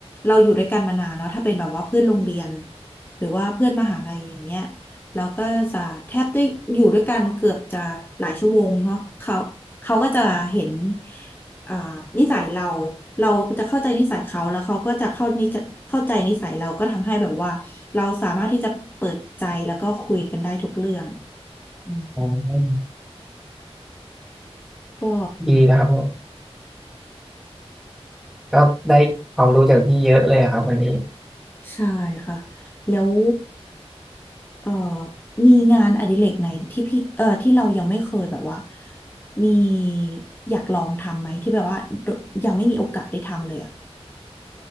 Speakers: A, on the left (about 20°); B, in the centre.
A: เราอยู่ด้วยกันมานานเนาะถ้าเป็นแบบว่าเพื่อนโรงเรียนหรือว่าเพื่อนมหาลัยอย่างเงี้ยเราก็จะแทบได้อยู่ด้วยกันเกือบจะหลายชั่วโมงเนาะเขาเขาก็จะเห็น อ่านิสัยเราเราจะเข้าใจนิสัยเขาแล้วเขาก็จะเข้านิจเข้าใจนิสัยเราก็ทำให้แบบว่าเราสามารถที่จะเปิดใจแล้วก็คุยกันได้ทุกเรื่องอืม
B: อ๋อ
A: ก็
B: ดีนะครับเนี่ยก็ได้ความรู้จากพี่เยอะเลยอะครับวันนี้
A: ใช่ค่ะแล้วเอ่อมีงานอดิเรกไหนที่พี่เอ่อที่เรายังไม่เคยแบบว่ามีอยากลองทำไหมที่แบบว่ายังไม่มีโอกาสได้ทำเลยอ่ะ